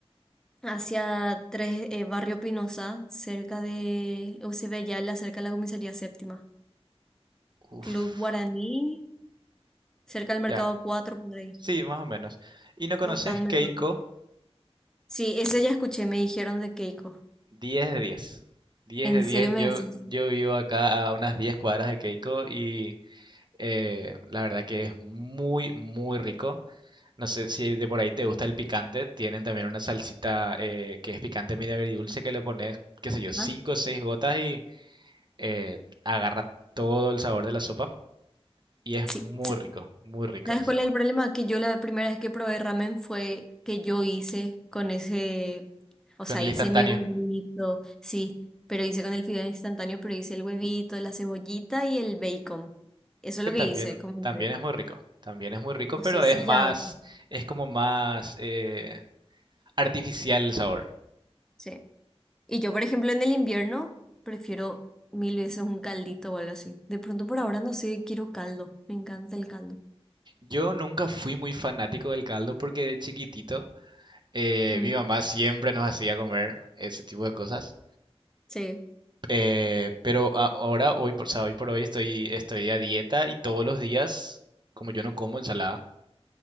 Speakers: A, in the centre; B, on the right (about 45°).
A: Hacia tres, eh, Barrio Pinoza, cerca de Eusebio Ayala, cerca de la comisaría séptima.
B: Uf,
A: Club Guaraní, cerca del Mercado
B: ya,
A: cuatro por ahí.
B: sí, más o menos. ¿Y no conoces
A: No tan Mercado
B: Keiko?
A: 4. Sí, ese ya escuché, me dijeron de Keiko.
B: diez de diez 10
A: ¿En
B: de diez
A: serio me
B: Yo,
A: decís?
B: yo vivo acá a unas 10 cuadras de Keiko y Eh, la verdad que es muy, muy rico. No sé si de por ahí te gusta el picante. Tienen también una salsita eh, que es picante medio agridulce que le pones, qué sé yo, 5
A: ¿Ah?
B: o 6 gotas y eh, agarra todo el sabor de la sopa. Y es
A: Sí.
B: muy rico, muy rico.
A: ¿Sabes cuál es el problema? Que yo la primera vez que probé ramen fue que yo hice con ese, o
B: Con
A: sea,
B: el
A: hice
B: instantáneo,
A: mi huevito, sí, pero hice con el fideo instantáneo, pero hice el huevito, la cebollita y el bacon. Eso es
B: que
A: lo
B: también,
A: que hice, como
B: también
A: que
B: es muy rico. También es muy rico,
A: no
B: pero
A: sé
B: es
A: si
B: más,
A: ya,
B: es como más eh, artificial el sabor.
A: sí. Y yo, por ejemplo, en el invierno prefiero mil veces un caldito o algo así. De pronto por ahora no sé, quiero caldo, me encanta el caldo.
B: Yo nunca fui muy fanático del caldo porque de chiquitito Eh,
A: Mm,
B: mi mamá siempre nos hacía comer ese tipo de cosas.
A: sí,
B: Eh, pero a- ahora, hoy por, o sea, hoy por hoy estoy, estoy a dieta y todos los días, como yo no como ensalada,